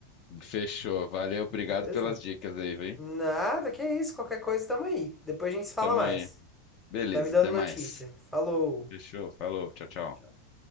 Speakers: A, on the left; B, in the centre.
A: Fechou. Valeu, obrigado
B: Beleza?
A: pelas dicas aí, viu?
B: Nada, que isso, qualquer coisa tamo aí. Depois a gente se fala
A: Tamo
B: mais.
A: aí. Beleza,
B: Vai me dando
A: até
B: notícia.
A: mais.
B: Falou.
A: Fechou, falou, tchau, tchau.
B: Tchau.